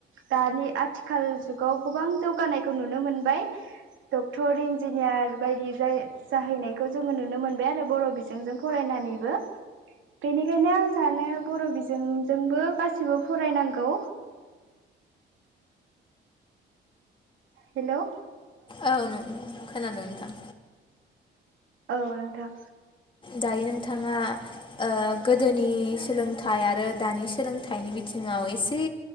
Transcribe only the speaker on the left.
औ नं खोनादों नोंथां
दायो नोंथाङा ओ गोदोनि सोलोंथाइ आरो दानि सोलोंथाइनि बिथिङाव एसे